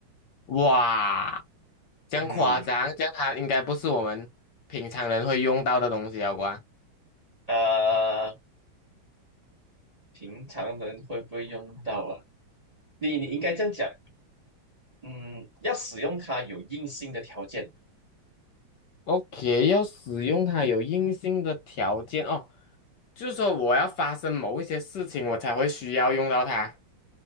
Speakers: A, on the left; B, on the right.
A: 哇，这样夸张，
B: 嗯，
A: 这样它应该不是我们平常人会用到的东西啊，好吧
B: 呃，平常人会不会用到啊？你你应该这样讲，嗯，要使用它有硬性的条件，
A: ？OK，要使用它有硬性的条件哦，就是说我要发生某一些事情，我才会需要用到它。